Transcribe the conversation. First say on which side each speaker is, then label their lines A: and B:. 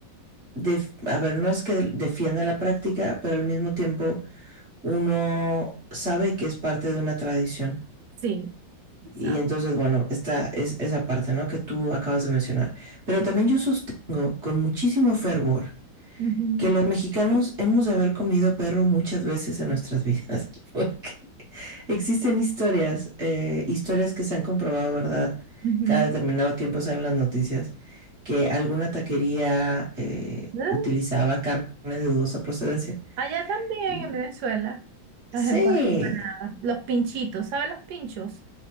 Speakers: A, on the right; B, on the right.
A: def- a ver, no es que defienda la práctica, pero al mismo tiempo uno sabe que es parte de una tradición.
B: Sí, exacto,
A: Y entonces, bueno, esta es esa parte, ¿no? Que tú acabas de mencionar. Pero
B: sí.
A: también yo sostengo con muchísimo fervor
B: Ujú,
A: que los mexicanos hemos de haber comido perro muchas veces en nuestras vidas, <laughs> porque existen historias, eh, historias que se han comprobado, ¿verdad?
B: ujú.
A: Cada determinado tiempo salen las noticias que alguna taquería eh,
B: Ah,
A: utilizaba carne de dudosa procedencia.
B: Allá también
A: Y
B: en Venezuela,
A: sí,
B: las empanadas, los pinchitos, ¿sabes los pinchos?